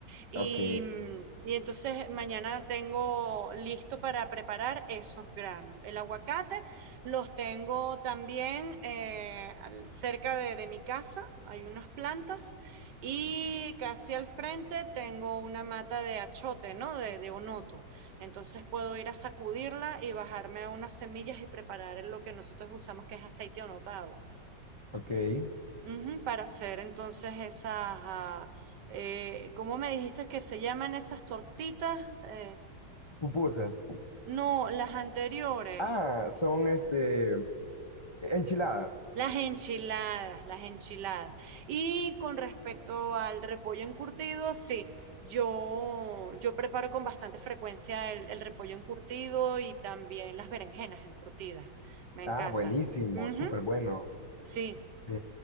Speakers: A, on the right; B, on the left.
A: Y,
B: Ok,
A: mm, y entonces mañana tengo listo para preparar esos granos. El aguacate los tengo también eh, al- cerca de, de mi casa, hay unas plantas y casi al frente tengo una mata de achote, ¿no? De, de onoto. Entonces puedo ir a sacudirla y bajarme unas semillas y preparar lo que nosotros usamos que es aceite onotado
B: ok.
A: Ujú, para hacer entonces esas, ah, eh, ¿cómo me dijiste que se llaman esas tortitas? Eh,
B: Pupusas.
A: no, las anteriores,
B: Ah, son este, enchiladas.
A: las enchiladas, las enchiladas. Y con respecto al repollo encurtido, sí, yo, yo preparo con bastante frecuencia el, el repollo encurtido y también las berenjenas encurtidas, me encantan.
B: Ah, buenísimo,
A: Ujú,
B: súper bueno.
A: sí,
B: Sí.